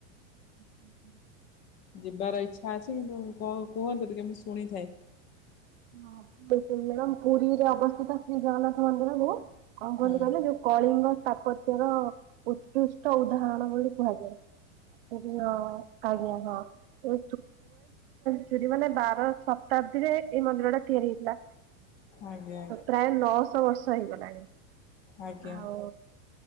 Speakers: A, on the right (about 50°); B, on the left (about 35°).
A: <inaudible>
B: ଯିବାର ଇଚ୍ଛା ଅଛି କିନ୍ତୁ କ କୁହନ୍ତୁ ଟିକେ ମୁଁ ଶୁଣିଥାଏ।
A: <unintelligible> ପୁରୀରେ ଅବସ୍ଥିତ ଶ୍ରୀ ଜଗନ୍ନାଥ ମନ୍ଦିର ଯୋଉ କଣ କୁହନ୍ତି
B: ହଁ
A: କହିଲେ ଯୋଉ। କଳିଙ୍ଗ ସ୍ଥାପତ୍ୟ ର ଉତ୍କୃଷ୍ଟ ଉଦାହରଣ ବୋଲି କୁହାଯାଏ। ହଁ ଆଜ୍ଞା ହଁ <unintelligible> ଚୁରି ମାନେ ବାର ଶତାବ୍ଦୀରେ ଏଇ ମନ୍ଦିର ଟା ତିଆରି ହେଇଥିଲା।
B: ଆଜ୍ଞା
A: ପ୍ରାୟ ନଅଶହ ବର୍ଷ ହେଇଗଲାଣି
B: ଆଜ୍ଞା
A: ଆଉ।